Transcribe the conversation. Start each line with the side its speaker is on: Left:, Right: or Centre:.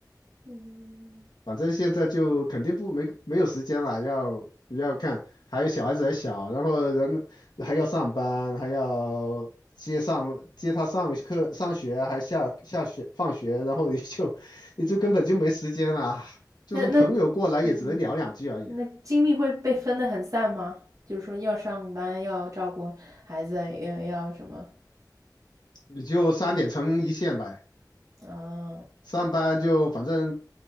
Right: 嗯。
Left: 反正现在就肯定不没没有时间了，要要看，还有小孩子还小，然后人还要上班，还要接上接他上课上学，还下下学放学，然后你就 <laughs> 你就根本就没时间了，就算朋友过来也只能聊两句而已，
Right: 那那嗯，那精力会被分得很散吗？就是说要上班，要照顾孩子，要要什么？
Left: 你就三点成一线呗，
Right: 啊，
Left: 上班就反正
Right: 散